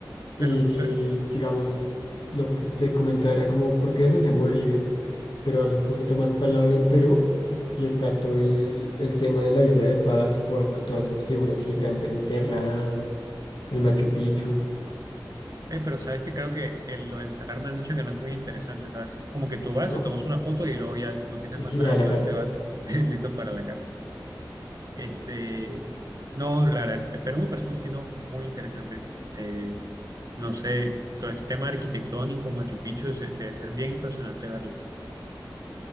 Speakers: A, on the right (about 50°); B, on the left (about 80°).
A: Pero,
B: Y, y,
A: pero,
B: digamos, lo que te comentaba era como, porque eso es en Bolivia, pero vas un poquito más para el lado y en Perú, y está todo el, el tema de la isla de Pascua, todas esas figuras gigantes enterradas, el Machu Picchu,
A: eh, pero sabes que creo que, que lo del Salar me han dicho que no es muy interesante, ¿sabes? Es como que tú vas,
B: ¿no?
A: te tomas una foto y luego ya no tienes
B: Y
A: más nada,
B: a
A: entonces
B: la casa.
A: te vas <laughs> listo para la casa. Este, no, la verdad, Perú me parece un destino muy interesante. Eh, No sé, todo este tema arquitectónico, Machu Picchu, se- debe ser bien impresionante verlo.